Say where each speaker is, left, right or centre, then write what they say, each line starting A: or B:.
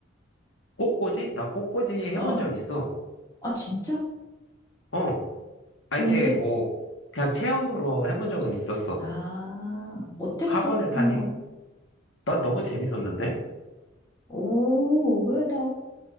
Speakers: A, on the left; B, on the left.
A: 꽃꽂이? 나 꽃꽂이 해본
B: 어,
A: 적 있어.
B: 아, 진짜?
A: 어, 아,
B: 언제?
A: 이게 뭐, 그냥 체험으로 해본 적은 있었어.
B: 아, 어땠어?
A: 학원을
B: 하는
A: 다니,
B: 거?
A: 나 너무 재밌었는데?
B: 오, 의외다.